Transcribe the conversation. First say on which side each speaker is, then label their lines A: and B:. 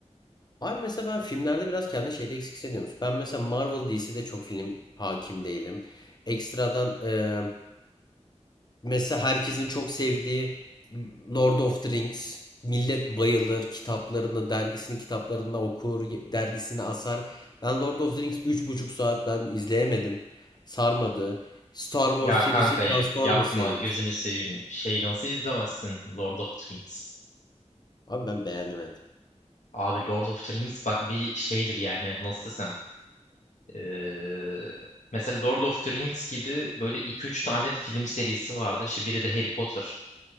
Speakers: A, on the left (about 35°); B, on the left (about 80°).
A: Abi mesela ben filmlerde biraz kendi şeyde eksik hissediyorum. Ben mesela Marvel DC'de çok film hakim değilim. Ekstradan e, mesela herkesin çok sevdiği Lord of the Rings. Millet bayılır kitaplarını, dergisinin kitaplarını okur, dergisini asar. Ben Lord of the Rings üç buçuk saat ben izleyemedim. Sarmadı. Star Wars
B: Ya kanka
A: serisi, Transformers
B: yapma
A: serisi.
B: gözünü seveyim. Şey nasıl izlemezsin Lord of the Rings?
A: Abi ben beğenemedim.
B: Abi Lord of the Rings bak bir şeydir yani nasıl desem. Ee, mesela Lord of the Rings gibi böyle iki üç tane film serisi vardı. İşte biri de Harry Potter.